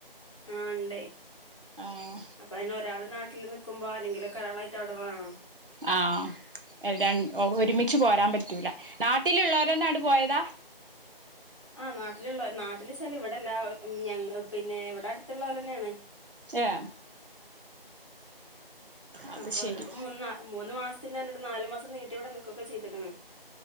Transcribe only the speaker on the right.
ആഹ്
ആഹ് ര ഒരുമിച്ച് പോരാൻ പറ്റൂല നാട്ടിലുള്ളോരന്നാണ്ട് പോയതാ
ഏഹ് അത്
ശരി